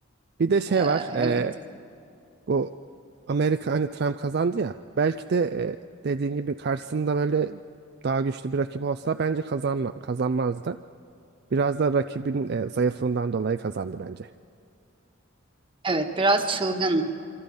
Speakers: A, on the right; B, on the right.
A: Bir de şey
B: Ee,
A: var eee,
B: evet,
A: bu Amerika hani Trump kazandı ya belki de eee, dediğin gibi karşısında böyle daha güçlü bir rakip olsa bence kazanma, kazanmazdı. Biraz da rakibin eee, zayıflığından dolayı kazandı bence.
B: evet, biraz çılgın